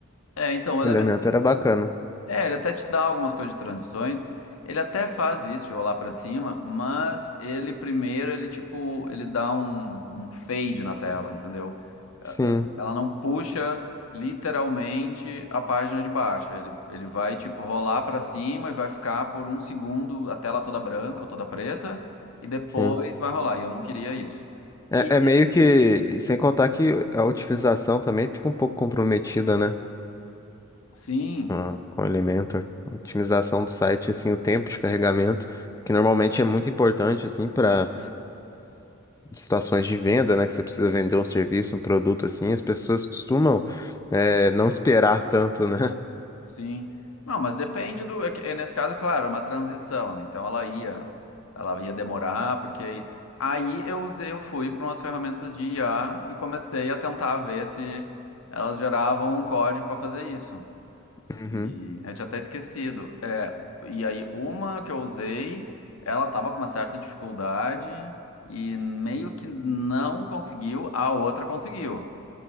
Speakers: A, on the left; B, on the left.
A: É, então, o
B: elemento era bacana.
A: É, ele até te dá algumas coisas de transições. Ele até faz isso de rolar pra cima, mas ele primeiro ele tipo, ele dá um, um fade na tela, entendeu? Eh,
B: Sim,
A: eh, Ela não puxa literalmente a página de baixo. Ele, ele vai tipo rolar pra cima e vai ficar por um segundo a tela toda branca ou toda preta e depois
B: sim.
A: vai rolar. E eu não queria isso.
B: É,
A: E
B: é meio que, sem contar que a otimização também fica um pouco comprometida, né?
A: sim,
B: ah, com o Elementor. Otimização do site, assim, o tempo de carregamento, que normalmente é muito importante, assim, para
A: sim.
B: situações de venda, né? Que você precisa vender um serviço, um produto, assim, as pessoas costumam eh, não esperar tanto, né? <laughs>
A: Sim. Não, mas depende do. É, que- é nesse caso, claro, era uma transição, né? Então ela ia, ela ia demorar, porque é isso. Aí eu usei, eu fui para umas ferramentas de IA e comecei a tentar ver se elas geravam um código para fazer isso.
B: Uhum.
A: E eu tinha até esquecido. É, e aí uma que eu usei, ela tava com uma certa dificuldade e meio que não conseguiu, a outra conseguiu.